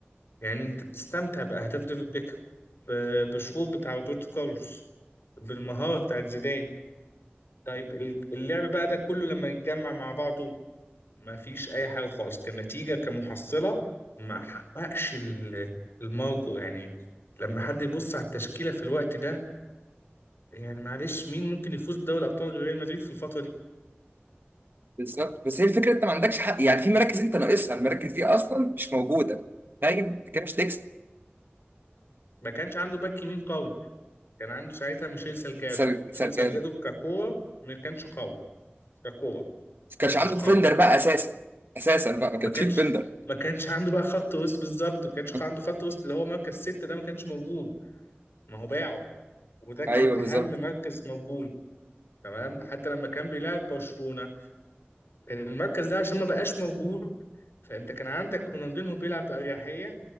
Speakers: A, on the left (about 70°); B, on the right (about 55°).
A: يعني انت بتستمتع باهداف ديفيد بيكهام ب- بالشوط بتاع روبرتو كارلوس بالمهاره بتاعت زيدان طيب ال- اللعب بقى ده كله لما يتجمع مع بعضه ما فيش اي حاجه خالص كنتيجه كمحصله ما حققش ال- المرجو يعني لما حد يبص على التشكيله في الوقت ده يعني معلش مين ممكن يفوز بدوري الابطال غير ريال مدريد في الفتره دي
B: بالظبط بس هي الفكرة أنت ما عندكش حق يعني في مراكز أنت ناقصها المراكز دي أصلا مش موجودة فاهم كده مش تكسب
A: ما كانش عنده باك يمين قوي كان عنده ساعتها ميشيل سالجادو
B: سل...
A: ميشيل
B: سل...
A: سالجادو
B: ما
A: ككوره ما كانش قوي ككوره
B: كانش عنده
A: مش قوي
B: ديفندر بقى أساسا أساسا بقى ما
A: ما
B: كانش
A: كانش
B: في ديفندر
A: ما كانش عنده بقى خط وسط بالظبط وما كانش
B: <laughs>
A: عنده خط وسط اللي هو مركز ستة ده ما كانش موجود ما هو باعه وده كان
B: أيوه
A: اهم
B: بالظبط
A: مركز موجود تمام حتى لما كان بيلعب برشلونة كان المركز ده عشان ما بقاش موجود فانت كان عندك رونالدينهو بيلعب بأريحية